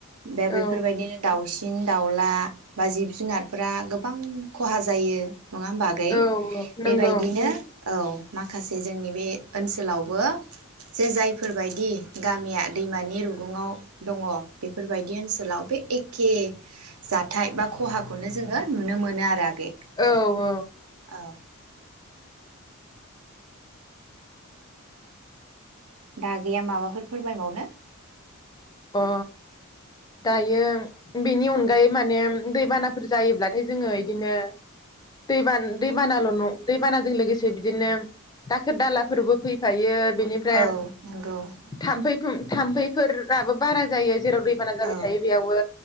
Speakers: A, on the right; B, on the left.
A: बे बेफोरबायदिनो
B: औ
A: दाउ। सिन दाउला बा जिब जुनारफोरा गोबां खहा जायो। नङा होमबा आगै
B: औ नंगौ
A: बेबायदिनो औ माखासे जोंनि बे ओनसोलावबो जे जायफोरबायदि गामिया दैमानि रुगुङाव दङ बेफोरबायदि ओनसोलाव बे। एके। जाथाय बा खहाखौनो जोङो नुनो मोनो आरो आगै
B: औ औ।
A: औ दा आगैया माबाफोर फोर फोरमाय बावनो
B: अ दायो बेनि अनगायै माने दैबानाफोर जायोब्लाथाय जोङो इदिनो दैबान दैबानाल' न दैबानाजों लोगोसे बिदिनो दाखोर दालाफोरबो फैफायो बेनिफ्राय
A: औ नंगौ
B: थाम्फै थुम थाम्फैफोर राबो बारा जायो जेराव दैबाना जाबाय
A: औ
B: थायो बेयावबो